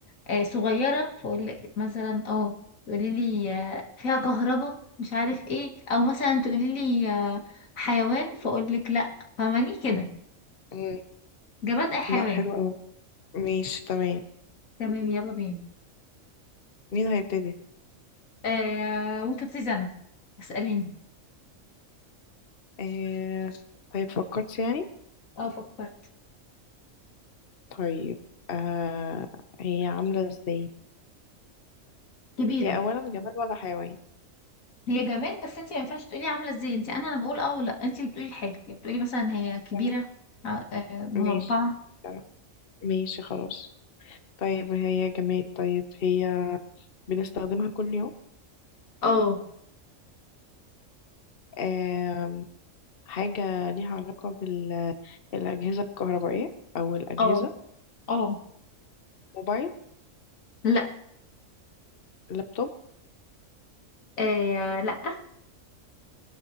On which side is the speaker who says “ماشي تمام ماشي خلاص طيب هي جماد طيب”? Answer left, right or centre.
Left